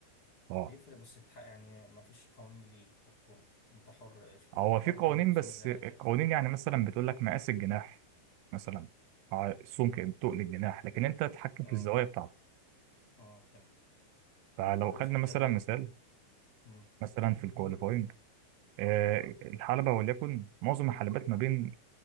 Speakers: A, on the right (about 85°); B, on the left (about 25°).
A: اه
B: بيفرق بس تتح- يعني ما فيش قوانين ليه تحكمه انت حر شركة
A: هو في
B: حرة
A: قوانين
B: تعمل التصميم
A: بس
B: اللي هي
A: القوانين
B: عايزاه
A: يعني مثلا بتقول لك مقاس الجناح مثلا ع- السمك تقل الجناح لكن انت تتحكم
B: اه
A: في الزوايا بتاعته
B: اه فهمت
A: فلو
B: كل
A: خدنا
B: شركة
A: مثلا
B: بقت
A: مثال
B: مم.
A: مثلا في الكواليفاينج آه، الحلبة وليكن معظم الحلبات ما بين